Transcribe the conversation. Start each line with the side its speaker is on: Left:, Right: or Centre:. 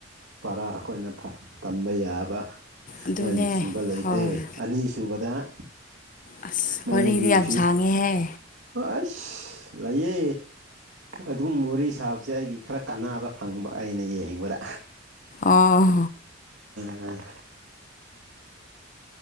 Right: ꯄꯔꯥ ꯑꯈꯣꯏꯅ ꯇꯝꯕ ꯌꯥꯕ
Left: ꯑꯗꯨꯅꯦ
Right: ꯃꯣꯏ ꯂꯨꯆꯤꯡꯕ ꯂꯩꯇꯦ
Left: ꯍꯣꯏ
Right: ꯁꯨꯕꯗ
Left: ꯑꯁ
Right: ꯃꯣꯏꯒꯤ
Left: ꯋꯥꯔꯤꯗꯤ ꯌꯥꯝ
Right: ꯐꯌꯨ--ꯑꯁ
Left: ꯁꯥꯡꯉꯦꯍꯦ
Right: ꯂꯩꯌꯦ ꯑꯗꯨꯝ ꯋꯥꯔꯤ ꯁꯥꯕꯁꯦ ꯑꯩꯒꯤ ꯈꯔ ꯀꯥꯟꯅꯕ ꯐꯪꯕ ꯑꯩꯅ ꯌꯦꯡꯕꯗ
Left: ꯑꯥ
Right: <unintelligible> ꯎꯝ